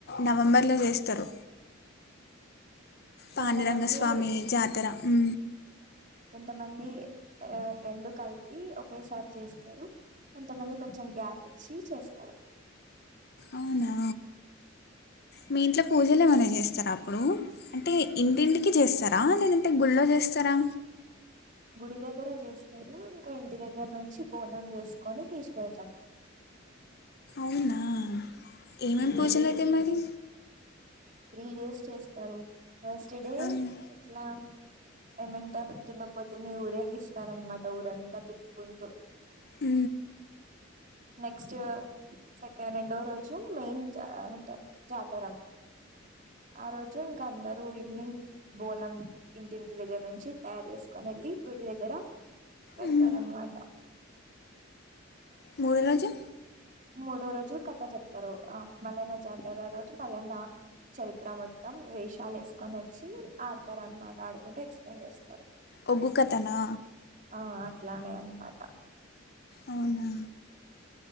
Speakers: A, on the left; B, on the right.
A: నవంబర్లో చేస్తారు పాడురంగస్వామి
B: కొంతమంది
A: జాతర అ
B: కొంతమంది రెండు కలిపి ఒకేసారి చేస్తారు కొంతమంది కొంచెం గ్యాప్ ఇ ఇచ్చి చేస్తారు
A: అవునా మీ ఇంట్లో పూజలు ఏమనా చేస్తారా అప్పుడు అంటే ఇంటింటికి చేస్తారా లేదంటే గుళ్ళో చేస్తారా
B: గుడి దగ్గర చేస్తారు ఇంకా ఇంటి దగ్గర వచ్చి బోనం వేసుకొని తీసుకెళ్తాం
A: అవునా ఏమేమి
B: త్రీ
A: పూజలు
B: డేస్
A: అయితమరి
B: త్రీ డేస్ చేస్తారు ఫస్ట్ డే
A: అవునా
B: ఎట్లా ఏమంటారు దున్నకపోతే న ఊరేగిస్తారనమాట ఊరంతా తిప్పుకుంటూ
A: హ
B: నెక్స్ట్ సెకండ్ రెండో <unintelligible> జాతరం ఆ రోజు అందరూ ఈవినింగ్ బోనం ఇంటింటి దగ్గర నుంచి తయారు చేసుకొని వెళ్ళి గుడి దగ్గర పెడతారు
A: మ్మ్.
B: అన్నమాట.
A: మూడో రోజు
B: మూడో రోజు కథ చెప్తారు ఆ మల్లన్న జాతర రో మల్లన్న చరిత్ర మొత్తం వేష్ చాల వేసుకొని వచ్చి ఆడతారన్నమాట ఆడుకుంటూ ఎక్స్ప్లెయిన్ చేస్తారు.
A: ఒగ్గు కథనా
B: ఆ ఇట్లానే అన్నమాట
A: అవునా